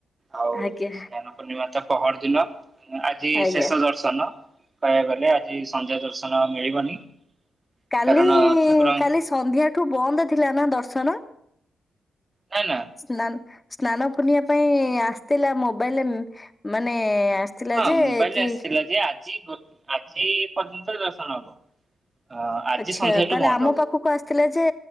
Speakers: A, on the right; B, on the left.
A: ଆଉ
B: ଆଜ୍ଞା
A: ସ୍ନାନ ପୂର୍ଣ୍ଣିମା ତ ପହରଦିନ ଆଜି
B: ଆଜ୍ଞା।
A: ଶେଷ ଦର୍ଶନ। କହିଆକୁ ଗଲେ ଆଜି ସନ୍ଧ୍ୟା ଦର୍ଶନ ଆଉ ମିଳିବନି।
B: କାଲି
A: କାରଣ ଠାକୁର
B: କାଲି ସନ୍ଧ୍ୟା ଠୁ ବନ୍ଦ ଥିଲା ନା ଦର୍ଶନ?
A: ନା ନା
B: ସ୍ନାନ ସ୍ନାନ ପୁନିବା ପାଇଁ ଆସିଥିଲା ମୋବାଇଲରେ ମାନେ ଆସିଥିଲା
A: ହଁ
B: ଯେ
A: ମୋବାଇଲରେ
B: କି
A: ଆସିଥିଲା ଯେ ଆଜି ଆଜି ପର୍ଯ୍ୟନ୍ତ ଦର୍ଶନ ହବ ଅ ଆଜି
B: ଆଛା
A: ସନ୍ଧ୍ୟାଠୁ
B: ତାହେଲେ
A: ବନ୍ଦ
B: ଆମ
A: ହବ
B: ପାଖକୁ ଆସିଥିଲା ଯେ